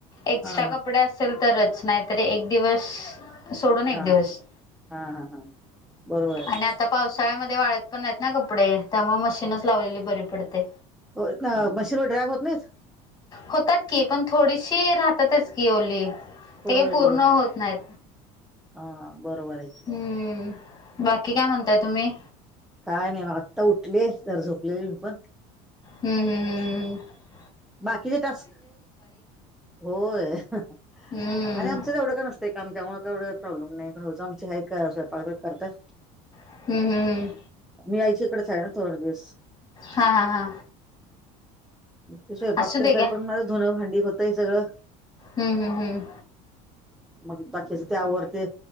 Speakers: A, on the left (about 25°); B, in the centre.
A: एक्स्ट्रा
B: हा हा
A: कपडे असेल तरच नाहीतरी एक दिवस सोडून एक
B: हा
A: दिवस
B: हा हा हा बरोबर आहे
A: आणि आता पावसाळ्यामध्ये वाळत पण नाहीत ना कपडे त्यामुळे मशीनच लावलेली बरी पडते
B: हो मशिनवर ड्राय होत नाहीत
A: होतात की पण थोडीशी राहतातच की ओली
B: होय
A: ते पूर्ण
B: होय
A: होत नाहीत.
B: हा बरोबर आहे कि
A: हम्म बाकी काय म्हणताय तुम्ही
B: काय नाही बघा आत्ता उठले जरा झोपलेली मी पण
A: हम्म हम् हम्म हम् हम्
B: बाकीचे टास्क होय आणि
A: हम्म
B: आमचं एवढं का नसतं. ते काम त्यामुळे केवढ प्रॉब्लेम नाही. भाऊज आमची आहे काय स्वयपाक करतात.
A: हम्म हम्म
B: मी आईच्या इकडेच आहे ना, थोड दिवस.
A: हा हा हा.
B: तसेय
A: असू
B: बागतेय
A: दे
B: घर
A: घ्या
B: पण माझं धुनं भांडी होतंय सगळं.
A: हम्म-हम्म, हम्म.
B: म बाकीचे त्या आवरते.